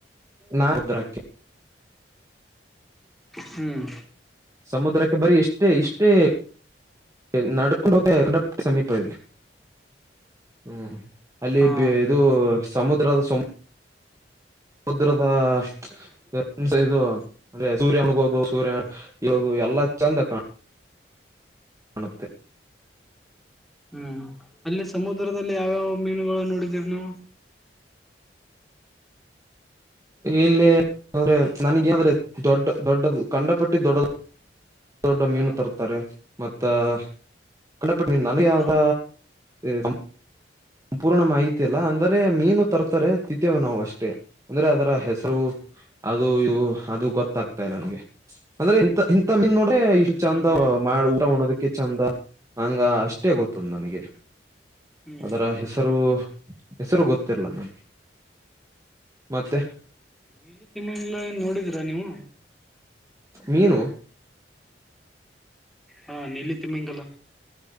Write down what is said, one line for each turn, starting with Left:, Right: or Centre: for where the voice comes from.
Right: ನಾ ಉದ್ರಕ್ಕೆ
Centre: ಹ್ಮ್
Right: ಸಮುದ್ರಕ್ಕೆ ಬರಿ ಎಷ್ಟು ಇಷ್ಟ ಇಷ್ಟೇ ನಡ್ಕೊಂಡು ಹ ಸಮೀಪ ಇದೆ ಹ್ಮ್ ಅಲ್ಲಿ
Centre: ಹಾ
Right: ಇದು ಸಮುದ್ರದ ಸು ಸಮುದ್ರದ ಹ್ಮ ಇದು ಅಂದೆ ಸೂರ್ಯನಮುಣುಗೋದು ಸೂರ್ಯ ಇದು ಎಲ್ಲಾ ಚಂದಾಣ ಮಂತೆ
Centre: ಹು ಅಲ್ಲಿ ಸಮುದ್ರದಲ್ಲಿ ಯಾವ್ಯಾವ ಮೀನುಗಳು ನೋಡಿ ಇನು
Right: ಇಲ್ಲಿ ಹಾಗೇ ನನಗ್ ದೊಡ್ಡ ದೊಡ್ಡದು ಕಂಡ ಪಟ್ಟಿ ದೊಡ್ಡದು ದೊಡ್ಡ ದೊಡ್ಡ ಮೀನು
Centre: ಹಾ
Right: ತರುತ್ತಾರೆ ಮತ್ತ ಬಟ್ ನೀನ್ ನನಗೆ ಯಾವ್ದ
Centre: ಹಾ
Right: ಹ ಸಂಪೂರ್ಣ ಮಾಹಿತಿ ಇಲ್ಲ ಅಂದ್ರೆ ಮೀನು ತರ್ತಾರೆ ತಿಂತ್ತೇವೆ ನಾವು ಅಷ್ಟೇ ಅಂದ್ರೆ ಅದರ ಹೆಸರು ಅದು ಇದು ಅದು ಗೊತ್ತಾಗ್ತಾ ಇಲ್ಲ ನನ್ಗೆ ಅಂದ್ರೆ ಇ ಇಂಥ ಮೀನು ನೋ ಇಷ್ಟು ಚಂದ
Centre: ಹ್ಮ್
Right: ಮಾಡ ಊಟ ಚಂದ ಹಂಗ ಅಷ್ಟೇ ಗೊತ್ತದ ನನಗೆ
Centre: ಹ್ಮ್
Right: ಅದರ ಹೆಸರು ಹೆಸರು
Centre: ಹ್ಮ್
Right: ಗೊತ್ತಿರಲ್ಲ
Centre: ಹ್ಮ್
Right: ಮತ್ತೆ
Centre: ನೀಲಿ ತಿಮ್ಮಿಂಗಲ ನೋಡಿದೀರಾ ನೀವು
Right: ಮೀನು
Centre: ಹಾ ನೀಲಿ ತಿಮ್ಮಿಂಗಲ